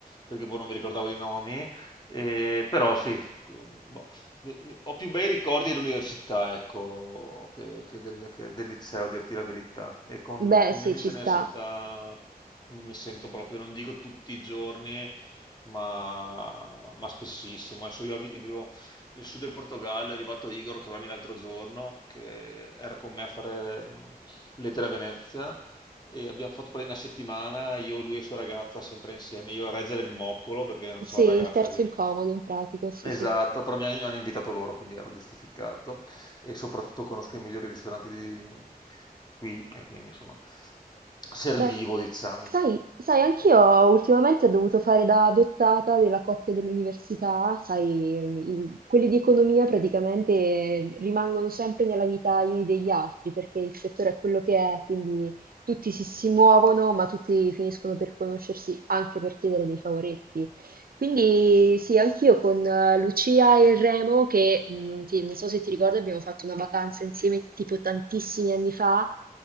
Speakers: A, on the left; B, on the right.
A: perché boh, non mi ricordavo i nomi, e, però sì, boh, mi- mi- ho più bei ricordi dell'università, ecco, che, che del, che del liceo, a dirti la verità. E con,
B: Beh,
A: con
B: sì,
A: i miei amici
B: ci
A: dell'università
B: sta.
A: mi, mi sento proprio, non dico tutti i giorni, ma, ma spessissimo. Adesso io vi- vivo nel sud del Portogallo, è arrivato Igor a trovarmi l'altro giorno, che era con me a fare mh, lettere a Venezia, e abbiamo fatto per una settimana, io, lui e sua ragazza, sempre insieme, io a reggere il moccolo, perché non
B: Sì,
A: c'ho ragazza,
B: il terzo
A: quindi
B: incomodo in pratica, sì,
A: Esatto,
B: sì.
A: però mi han- mi hanno invitato loro, quindi ero giustificato e soprattutto conosco i migliori ristoranti di qui e quindi insomma servivo,
B: Beh,
A: diciamo.
B: sai, sai, anch'io ultimamente ho dovuto fare da adottata della coppia dell'università, sai, il- quelli di economia praticamente rimangono sempre nella vita gli uni degli altri, perché il settore è quello che è, quindi tutti si, si muovono, ma tutti finiscono per conoscersi anche per chiedere dei favoretti. Quindi sì, anch'io con eh, Lucia e Remo, che mh, non, ti- non so se ti ricordi, abbiamo fatto una vacanza insieme tipo tantissimi anni fa,